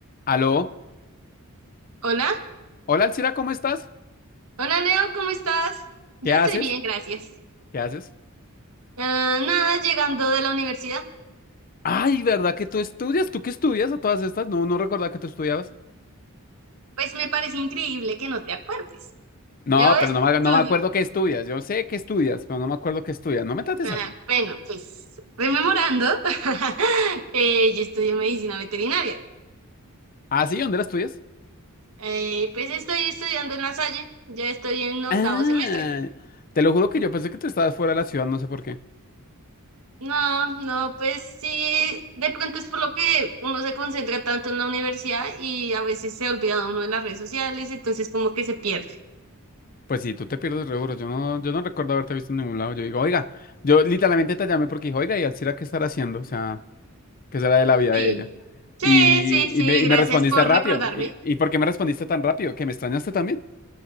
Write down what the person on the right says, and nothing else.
Hola,
hola Leo, ¿cómo estás? Yo
estoy bien, gracias.
Ah, nada, llegando de la universidad,
pues me parece increíble que no te acuerdes.
Yo estudio,
ah,
bueno, pues rememorando, <laughs> eh, yo estudio medicina veterinaria.
Eh, pues estoy estudiando en La Salle, ya estoy en octavo
semestre.
No, no, pues sí, de pronto es por lo que uno se concentra tanto en la universidad y a veces se olvida uno de las redes sociales, entonces como que se pierde.
Sí.
Sí,
sí, sí,
gracias
por
recordarme.